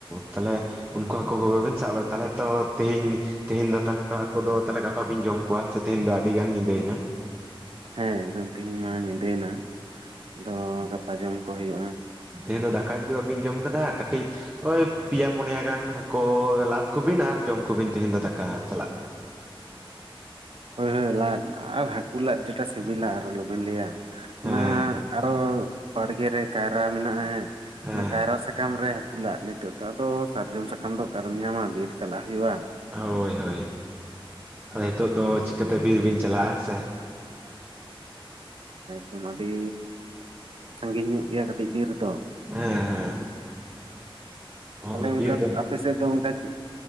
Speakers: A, on the right (about 20°); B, on the right (about 70°).
A: ᱛᱟᱞᱦᱮ ᱩᱱᱠᱩ ᱦᱟᱹᱠᱳ ᱜᱚᱜᱮ ᱵᱤᱱ ᱥᱟᱵ ᱵᱟᱲᱟ ᱛᱟᱞᱦᱮ ᱛᱚ ᱛᱤᱦᱤᱧ ᱛᱮᱦᱮᱧ ᱫᱚ ᱛᱟᱞᱦᱮ ᱛᱚ ᱦᱟᱹᱠᱩ ᱫᱚ ᱛᱟᱞᱦᱮ ᱜᱟᱯᱟ ᱵᱤᱱ ᱡᱚᱢ ᱠᱚᱣᱟ ᱦᱮᱸ ᱥᱮ ᱛᱤᱦᱤᱧ ᱟᱹᱰᱤ ᱜᱟᱱ ᱧᱤᱫᱟᱹᱭ ᱱᱟ
B: ᱦᱮᱸ ᱮᱠᱫᱚᱢ ᱛᱤᱦᱤᱧ ᱢᱟ ᱧᱤᱫᱟᱹᱭ ᱱᱟ ᱟᱫᱚ ᱜᱟᱯᱟ ᱡᱚᱢ ᱠᱚ ᱦᱩᱭᱩᱜ-ᱟ
A: ᱛᱮᱦᱮᱧ ᱫᱚ ᱫᱟᱠᱟ ᱡᱩᱫᱤ ᱵᱟᱵᱤᱱ ᱡᱚᱢ ᱠᱟᱫᱟ ᱠᱟᱹᱴᱤᱡ ᱳᱭ ᱯᱤᱭᱟ ᱯᱩᱱᱭᱟ ᱜᱟᱱ ᱦᱟᱹᱠᱳ ᱞᱟᱫ ᱠᱚᱵᱤᱱ ᱟᱨ ᱡᱚᱢ ᱠᱚᱵᱤᱱ ᱛᱮᱦᱮᱧ ᱫᱚ ᱫᱟᱠᱟ ᱥᱟᱞᱟᱜ
B: ᱦᱳᱭ ᱦᱳᱭ ᱞᱟᱫ ᱟᱨ ᱦᱟᱹᱠᱩ ᱞᱟᱫ ᱡᱮᱴᱟ ᱥᱤᱵᱤᱞᱟ ᱟᱨ ᱟᱞᱚᱵᱤᱱ ᱞᱟᱹᱭᱟ ᱚᱱᱟ
A: ᱦᱮᱸ
B: ᱟᱨᱚ ᱵᱟᱲᱜᱮ ᱨᱮ ᱠᱟᱭᱨᱟ ᱢᱮᱱᱟᱜ-ᱟ
A: ᱦᱮᱸ
B: ᱚᱱᱟ ᱠᱟᱭᱨᱟ ᱥᱟᱠᱟᱢ ᱨᱮ ᱦᱟᱹᱠᱩ ᱞᱟᱫ ᱱᱤᱛᱚᱜ ᱫᱚ ᱟᱫᱚ ᱥᱟᱨᱡᱚᱢ ᱥᱟᱠᱟᱢ ᱫᱚ ᱚᱠᱟᱨᱮᱢ ᱧᱟᱢᱟ ᱵᱤᱨ ᱪᱟᱞᱟᱜ ᱦᱩᱭᱩᱟ
A: ᱦᱳᱭ ᱦᱳᱭ ᱟᱫᱚ ᱦᱤᱛᱳᱜ ᱫᱚ ᱪᱤᱠᱟᱹᱛᱮ ᱵᱤᱨ ᱵᱤᱱ ᱪᱟᱞᱟᱜ-ᱟ ᱦᱮᱸ ᱥᱮ
B: ᱦᱩᱸ ᱟᱹᱰᱤ ᱥᱟᱺᱜᱤᱧ ᱧᱚᱜ ᱜᱮᱭᱟ ᱠᱟᱹᱴᱤᱡ ᱵᱤᱨ ᱫᱚ
A: ᱦᱮᱸ ᱦᱮᱸ ᱦᱳᱭ
B: ᱛᱟᱞᱦᱮ ᱚᱱᱠᱟ
A: ᱵᱤᱨ ᱫᱚ
B: ᱟᱯᱮ ᱥᱮᱫ ᱫᱚ ᱚᱱᱠᱟ